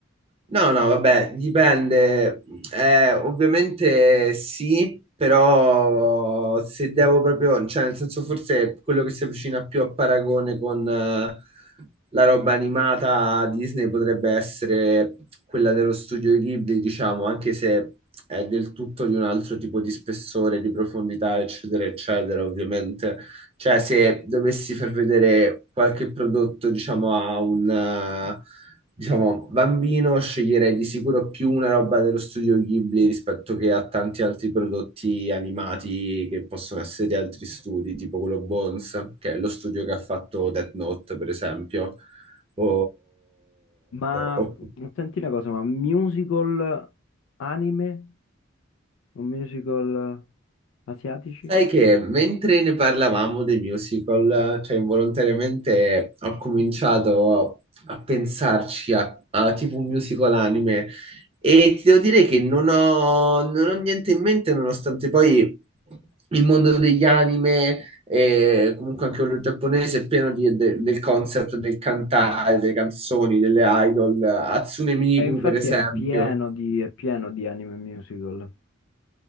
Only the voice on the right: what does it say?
No, no, vabbè, dipende. Eh, ovviamente sì, però se devo proprio, cioè nel senso forse quello che si avvicina più a paragone con eh, la roba animata Disney potrebbe essere quella dello studio Ghibli, diciamo, anche se è del tutto di un altro tipo di spessore, di profondità, eccetera, eccetera, ovviamente. Cioè, se dovessi far vedere qualche prodotto, diciamo, a un, eh, diciamo, bambino, sceglierei di sicuro più una roba dello studio Ghibli rispetto che a tanti altri prodotti animati che possono essere di altri studi, tipo quello Bones, che è lo studio che ha fatto Death Note, per esempio, o,
o
Sai che mentre ne parlavamo dei musical, cioè involontariamente ho cominciato a pensarci a, a tipo un musical anime e ti devo dire che non ho, non ho niente in mente nonostante poi il mondo degli anime e comunque anche quello giapponese è pieno di- de- del concept del cantare, delle canzoni, delle idol, Hatsune Miku
per esempio.